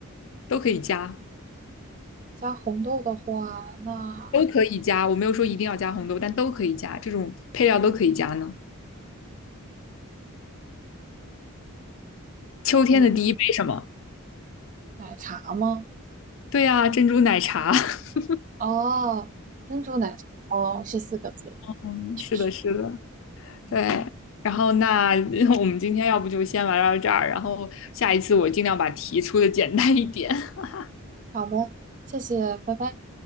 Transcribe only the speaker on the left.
都可以加，
都可以加。我没有说一定要加红豆，但都可以加，这种配料都可以加呢。秋天的第一杯什么？
对呀、珍珠奶茶。<laughs>
嗯，
是的，是的，
对。然后那 <laughs> 我们今天要不就先玩到这儿，然后下一次我尽量把题出的简单一点。<laughs>